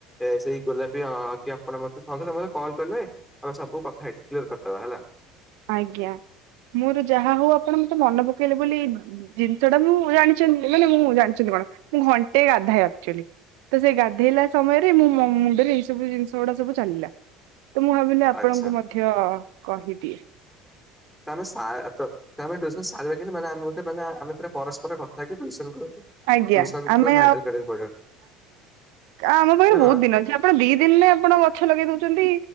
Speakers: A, in the centre; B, on the right (about 75°).
A: ଏ ସେଇ ଗୋଲାପୀ ହଁ କି ଆପଣ ମୋତେ ସନ୍ଧ୍ୟା ସମୟରେ କଲ୍ କଲେ ଆମେ ସବୁ କଥା ହେଇଛି କ୍ଲିୟର କରିଦବା ହେଲା।
B: ଆଜ୍ଞା ମୋର ଯାହା ହଉ ଆପଣ ମତେ ମନେ ପକେଇଲେ ବୋଲି ଜିନିଷଟା ମୁଁ ଜାଣିଛନ୍ତି ମାନେ ମୁଁ ଜାଣିଛନ୍ତି କଣ ମୁଁ ଘଣ୍ଟେ ଗାଧାଏ ଆକ୍ଚୁଆଲି। ତ ସେଇ ଗାଧେଇଲା ସମୟରେ ମୁଁ ମୋ ମୁଣ୍ଡରେ ଏଇ ସବୁ ଜିନିଷଗୁଡା ସବୁ ଚାଲିଲା। ତ ମୁଁ ଭାବିଲି ଆପଣଙ୍କୁ
A: ଆଚ୍ଛା
B: ମଧ୍ୟ କହିଦିଏ।
A: ତ ଆମେ ସା ଆମେ ଟିଉସନ୍ ସାର <unintelligible> ମାନେ ଆମେ ପୁରା ପରସ୍ ଗୋଟେ କଥା କି ଟୁଇସନ କରନ୍ତୁ,
B: ଆଜ୍ଞା
A: ଟୁସନ୍
B: ଆମେ
A: କୁ ହାଇଡ୍ରାଲ କରିବାକୁ ପଡିବ।
B: ଆ ଆମ ପାଖରେ
A: ଶୁଣ
B: ବହୁତ ଦିନ ଅଛି ଆପଣ ଦି ଦିନରେ ଆପଣ ଗଛ ଲଗେଇ ଦଉଛନ୍ତି,